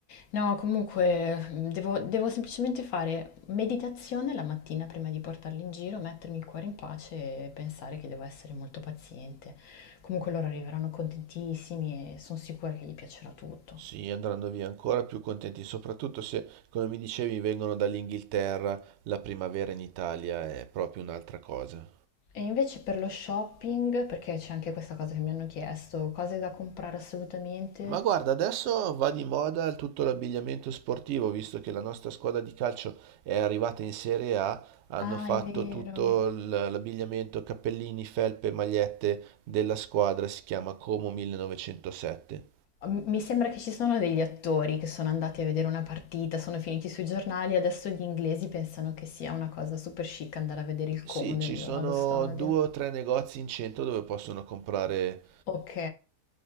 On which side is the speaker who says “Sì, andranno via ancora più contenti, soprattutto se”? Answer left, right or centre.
Right